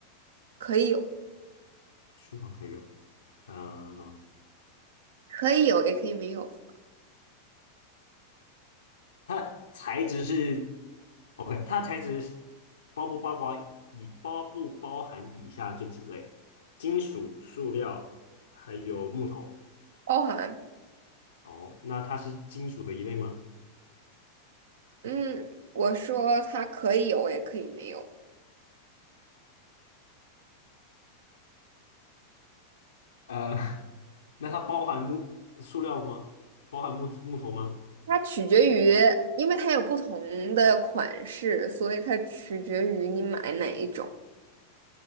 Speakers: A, on the right (about 60°); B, on the left (about 70°).
A: 可以有，
B: 书房可以有。嗯、
A: 可以有，也可以没有，
B: 它的材质是 OK，它的材质是包不包括以包不包含以下这几类：金属、塑料还有木头。
A: 包含，
B: 哦，那它是金属的一类吗？
A: 嗯，我说它可以有，也可以没有，
B: 呃，<laughs> 那它包含木塑料吗？包含木木头吗？
A: 它取决于，因为它有不同的款式，所以它取决于你买哪一种。